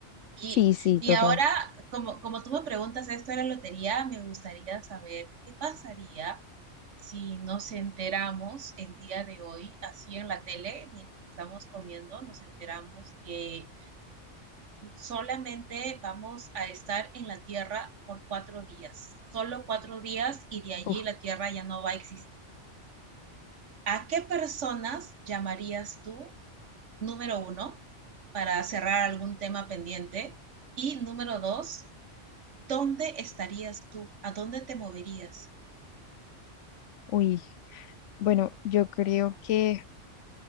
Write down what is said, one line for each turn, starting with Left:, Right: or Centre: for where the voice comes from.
Right: Y,
Left: sí, sí,
Right: y
Left: total.
Right: ahora, como, como tú me preguntas esto de la lotería, me gustaría saber qué pasaría si nos enteramos el día de hoy, así en la tele, mientras estamos comiendo, nos enteramos que solamente vamos a estar en la Tierra por cuatro días, solo cuatro días y de allí
Left: Uf,
Right: la Tierra ya no va a existir. ¿A qué personas llamarías tú número uno, para cerrar algún tema pendiente. Y número dos, ¿dónde estarías tú? ¿A dónde te moverías?
Left: uy. Bueno, yo creo que